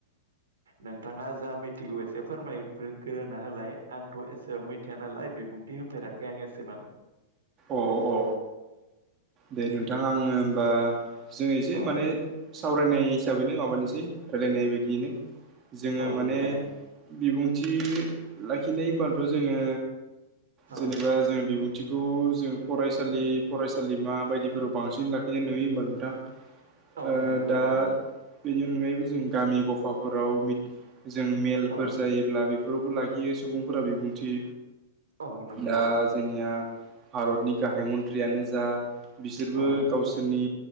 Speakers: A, on the right; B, on the right.
A: नोंथाङा जा मिथिगौ एसे फोरमायग्रोग्रोना होलाय आंथ' एसेबां मिथिया नालाय बेफ बुंथि होफेराखै आं एसेबां।
B: अ अ दे नोंथां आंनो होमबा। जों एसे
A: औ
B: माने सावरायनाय हिसाबैनो माबानिसै। रायलायनाय बायदियैनो जोङो
A: औ
B: माने
A: जायो
B: बिबुं। थि लाखिनाय होनबाथ' जोङो
A: औ
B: जेनेबा जों बिबुंथिखौ। जों फरायसालि फरायसालिमा बायदिफोराव बांसिन लाखिनाय नुयो होमबा नोंथां। ओ
A: औ नंगौ
B: दा
A: नोंथां
B: बि नि अनगायैबो जों गामि गफाफोराव मिथ जों मेलफोर
A: औ
B: जायोब्ला बेफोरावबो लाखि बे सुबुंफोरा बिबुंथि
A: औ नंगौ
B: दा जोंनिया। भारतनि गाहाय मन्थ्रियानो जा बिसोरबो
A: औ
B: गावसोरनि।